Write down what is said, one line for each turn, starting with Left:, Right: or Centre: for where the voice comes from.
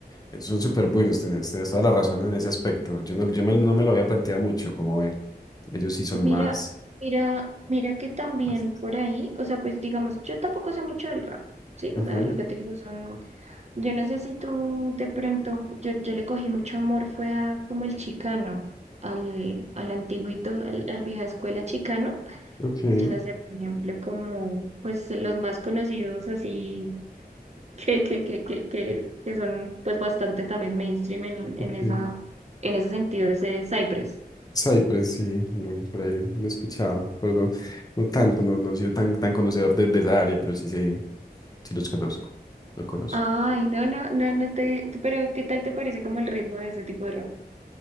Left: es- son súper buenos, tenés, tenés toda la razón en ese aspecto. Yo no, yo me- no me lo había planteado mucho, como ve, ellos sí son
Right: Mira,
Left: más.
Right: mira, mira que también
Left: pues,
Right: por ahí, o sea, pues digamos, yo tampoco sé mucho del rap, ¿sí?
Left: Ujú,
Right: O sea, lo que te digo son, yo no sé si tú de pronto, yo, yo le cogí mucho amor, fue a como el chicano, al, al antiguito, al, al vieja escuela chicano.
Left: ok,
Right: Yo no sé, por ejemplo, como pues los más conocidos así que, que, que, que, que, que son pues bastante también mainstream en,
Left: ok.
Right: en esa, en ese sentido, ese Cypress.
Left: Cypress, sí, no, por ahí lo he escuchado, pero no, no tanto, no, no he sido tan, tan conocedor de, de esa área, pero sí sé, sí los conozco, lo conozco.
Right: Ay, no, no, no, no te, pero ¿qué tal te parece como el ritmo de ese tipo de rock?